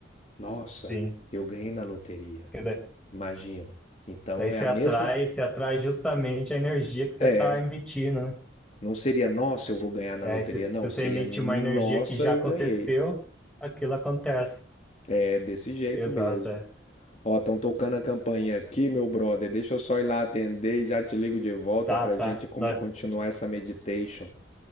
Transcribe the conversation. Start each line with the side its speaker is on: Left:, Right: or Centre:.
Left: Nossa,
Centre: sim.
Left: eu ganhei na loteria.
Centre: Porque daí,
Left: Imagina. Então
Centre: daí você
Left: é a
Centre: atrai,
Left: mesma.
Centre: você atrai justamente a energia que você
Left: É,
Centre: está emitindo, né?
Left: Não seria nossa, eu vou ganhar na
Centre: É,
Left: loteria,
Centre: se, se
Left: não.
Centre: você
Left: Seria
Centre: emite
Left: nossa,
Centre: uma energia que já
Left: eu
Centre: aconteceu,
Left: ganhei.
Centre: aquilo acontece.
Left: É desse jeito
Centre: Exato.
Left: mesmo.
Centre: é.
Left: Ó, estão tocando a campainha aqui, meu brother. Deixa eu só ir lá atender e já te ligo de volta
Centre: Tá,
Left: pra
Centre: tá.
Left: gente continuar
Centre: Não,
Left: essa meditation.